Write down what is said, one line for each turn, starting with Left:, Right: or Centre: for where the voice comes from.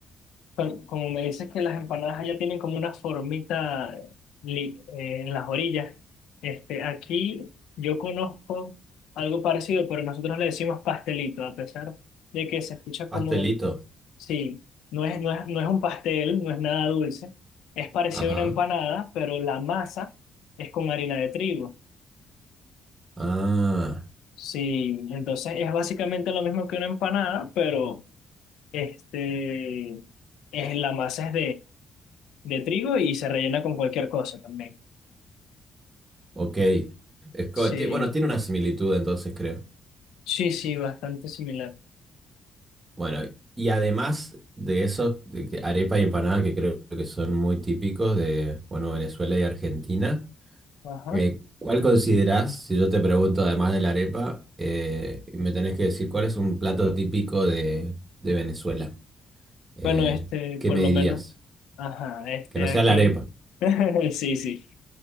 Left: Con- Como me dices que las empanadas allá tienen como una formita li- eh, en las orillas, este, aquí yo conozco algo parecido, pero nosotros le decimos pastelito, a pesar de que se escucha como,
Right: Pastelito.
Left: sí, no es, no es, no es un pastel, no es nada dulce, es parecido
Right: Ajá.
Left: a una empanada, pero la masa es con harina de trigo.
Right: Ah,
Left: Sí, entonces es básicamente lo mismo que una empanada, pero este, es, la masa de trigo y se rellena con cualquier cosa también.
Right: ok. Es co-
Left: Sí,
Right: ti- bueno, tiene una similitud entonces, creo.
Left: sí, sí, bastante similar.
Right: Bueno, y además de eso, de que arepa y empanada que creo que son muy típicos de, bueno, Venezuela y Argentina,
Left: Ajá.
Right: eh, ¿cuál considerás, si yo te pregunto además de la arepa, eh, y me tenés que decir cuál es un plato típico de, de Venezuela? Eh,
Left: Bueno, este,
Right: ¿qué
Left: por
Right: me
Left: lo
Right: dirías?
Left: menos, ajá, este
Right: Que no sea
Left: aquí,
Right: la arepa.
Left: <laughs> sí, sí,